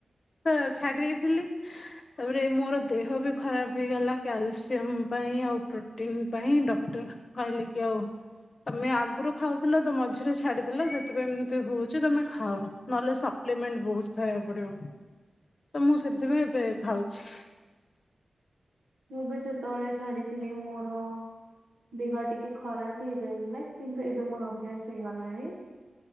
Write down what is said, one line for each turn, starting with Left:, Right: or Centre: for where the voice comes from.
Left: ତ ଛାଡି ଦେଇଥିଲି ତାପରେ ମୋର ଦେହ ବି ଖରାପ ହେଇଗଲା କ୍ୟାଲସିୟମ ପାଇଁ ଆଉ ପ୍ରୋଟିନ ପାଇଁ ଡକ୍ଟର କହିଲେ କି ଆଉ ତମେ ଆଗରୁ ଖାଉଥିଲ ତ ମଝିରେ ଛାଡିଦେ ଯେତେବୋଇଁ ଏମିତି ହଉଛି ତମେ ଖାଉ ନହେଲେ ସପ୍ଲିମେଣ୍ଟ ବହୁତ ଖାଇବାକୁ ପଡିବ ତ ମୁଁ ସେଥିପାଇଁ ଏବେ ଖାଉଛି,
Right: ମୁ ଯେତେବେଳେ ଛାଡିଥିଲି ମୋର ଦେହ ଟିକେ ଟିକେ ଖରାପ ହେଇ ଯାଇଥିଲା କିନ୍ତୁ ଏବେ ମୋର ଅଭ୍ୟାସ ହେଇଗଲାଣି,